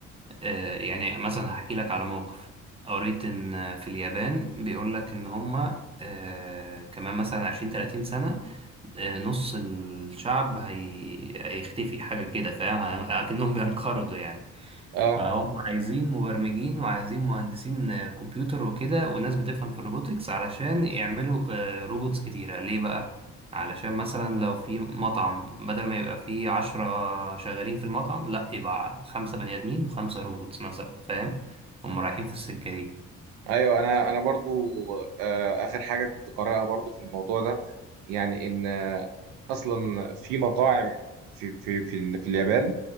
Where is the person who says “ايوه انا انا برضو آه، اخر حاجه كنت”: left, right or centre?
Right